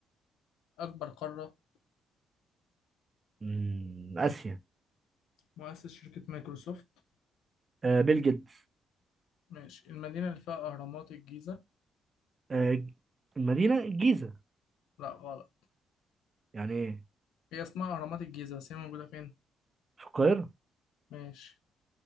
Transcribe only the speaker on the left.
أكبر قارة
مؤسس شركة مايكروسوفت
ماشي المدينة اللي فيها أهرامات الجيزة
لا غلط
هي اسمها أهرامات الجيزة بس هي موجودة فين
ماشي